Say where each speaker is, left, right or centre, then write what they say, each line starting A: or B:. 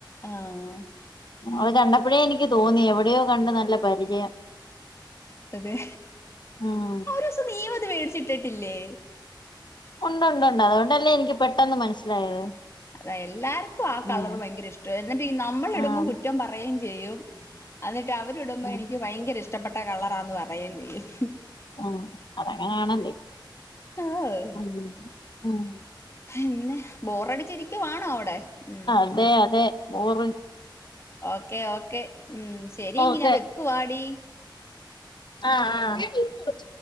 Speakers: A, on the left; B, on the left.
A: ആഹ്
B: അത് കണ്ടപ്പഴേ എനിക്ക് തോന്നി എവിടെയോ കണ്ട് നല്ല പരിചയം
A: അതെ
B: ഉം
A: ഒരുസം നീയും അത് മേടിച്ചിട്ടിട്ടില്ലേ?
B: ഉണ്ട് ണ്ട് ണ്ട് അതുകൊണ്ടല്ലേ എനിക്ക് പെട്ടെന്ന് മനസ്സിലായത്
A: അതാ എല്ലാർക്കും ആ കളർ
B: ആഹ്
A: ഭയങ്കര ഇഷ്ട എന്നിട്ട് ഈ നമ്മളിടുമ്പോം
B: ആഹ്
A: കുറ്റം പറയെം ചെയ്യും എന്നിട്ട് അവരിടുമ്പോ
B: ആഹ്
A: എനിക്ക് ഭയങ്കര ഇഷ്ടപ്പെട്ടകളറാന്ന് പറയെം ചെയ്യും
B: ആഹ് അതങ്ങനെണല്ലോ
A: ആഹ്
B: ഉം ആഹ്
A: പിന്നെ ബോറടിച്ചിരിക്കുവണോ അവിടെ ഉം
B: അതെ അതെ ബോറിങ്
A: ഓക്കേ ഓക്കേ ഉം ശരിയെങ്കി
B: ഓക്കെ
A: ഞാൻ വെക്കുവാടി
B: ആഹ് ആഹ്